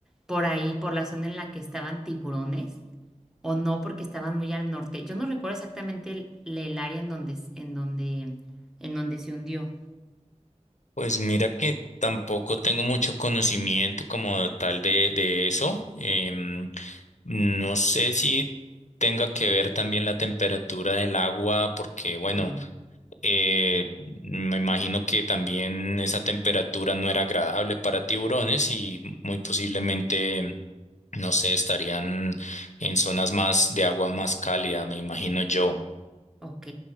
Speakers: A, in the centre; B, on the left (about 80°).
A: por ahí, por la zona en la que estaban tiburones? ¿O no, porque estaban muy al norte? Yo no recuerdo exactamente el, el área en donde, s- en donde, en donde se hundió.
B: Pues mira que tampoco tengo mucho conocimiento como tal de, de eso. Em, no sé si tenga que ver también la temperatura del agua, porque bueno,
A: Sí,
B: eh, me imagino que también esa temperatura no era agradable para tiburones y muy posiblemente No sé, estarían en zonas más de agua más cálida, me imagino yo.
A: ok.